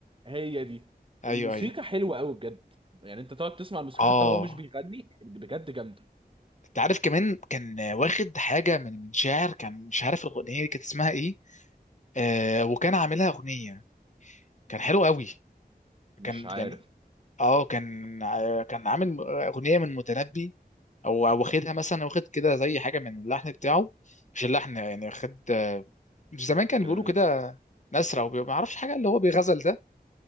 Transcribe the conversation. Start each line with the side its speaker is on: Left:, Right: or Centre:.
Right: هي دي
Left: أيوه
Right: الموسيقى
Left: أيوه
Right: حلوة قوي بجد يعني انت تقعد تسمع الموسيقى
Left: اه
Right: حتى لو هو مش بيغني بجد جامدة
Left: انت عارف كمان كان واخد حاجة من من شاعر كان مش عارف الأغنية دي كانت اسمها ايه آه وكان عاملها أغنية كان حلو قوي
Right: مش
Left: كان
Right: عارف
Left: يعني اه كان كان عامل اغنيه من متنبي او او واخدها مثلا واخد كده زي حاجه من اللحن بتاعه مش اللحن يعني واخد مش زمان كان
Right: الكلمات
Left: بيقولوا كده نسرة وما اعرفش حاجه اللي هو بيغزل ده